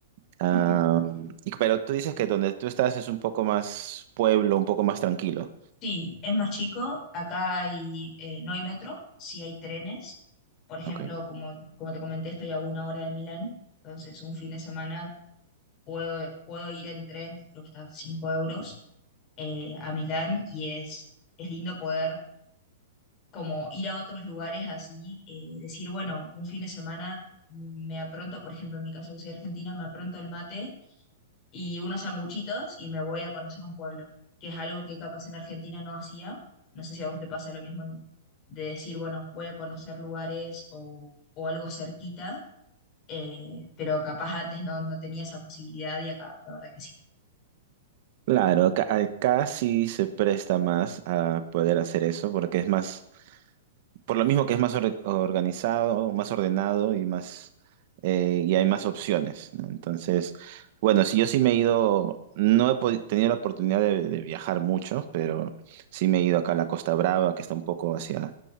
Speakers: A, on the right; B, on the left.
A: Ah,
B: <laughs>
A: y- pero tú dices que donde tú estás es un poco más pueblo, un poco más tranquilo.
B: Sí, es más chico. Acá hay, eh, no hay metro, sí hay trenes. Por ejemplo,
A: Ok.
B: como, como te comenté, estoy a una hora de Milán. Entonces, un fin de semana puedo, puedo ir en tren, que creo que está a 5 euros, eh, a Milán. Y es, es lindo poder como ir a otros lugares así, eh, decir, bueno, un fin de semana me apronto, por ejemplo, en mi caso que soy argentina, me apronto el mate y unos sanguchitos y me voy a conocer un pueblo, que es algo que capaz en Argentina no hacía. No sé si a vos te pasa lo mismo en- de decir, bueno, voy a conocer lugares o, o algo cerquita, eh, pero capaz antes no, no tenía esa posibilidad y acá, la verdad que sí.
A: Claro, acá, acá sí se presta más a poder hacer eso porque es más. por lo mismo que es más or- organizado, más ordenado y más eh, y hay más opciones, ¿no? Entonces, bueno, si yo sí me he ido, no he podi- tenido la oportunidad de, de viajar mucho, pero sí me he ido acá a la Costa Brava, que está un poco hacia,